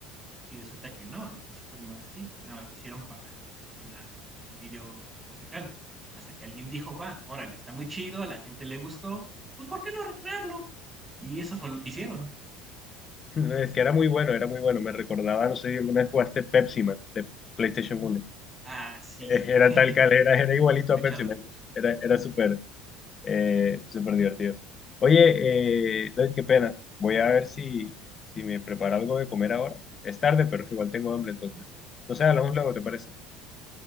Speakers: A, on the right (about 15°); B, on the left (about 30°).
A: Y resulta que no, al principio no era así, nada más lo hicieron para lo de la el video musical. Hasta que alguien dijo: "Va, órale, está muy chido, a la gente le gustó, pues, ¿por qué no recrearlo?". Y eso fue lo que hicieron.
B: <laughs> Es que era muy bueno, era muy bueno. Me recordaba, no sé si alguna vez jugaste Pepsi Man de PlayStation uno <laughs>
A: Ah, sí.
B: Eh, Era
A: <laughs>
B: tal cal, era, era
A: Sí,
B: igualito
A: he escuchado
B: a Pepsi
A: de
B: Man.
A: Pepsi Man.
B: Era, era súper Eh, súper divertido. Oye, eh, David, qué pena. Voy a ver si, si me preparo algo de comer ahora. Es tarde, pero igual tengo hambre, entonces.
A: Ujú.
B: No sé, hablamos luego, ¿te parece?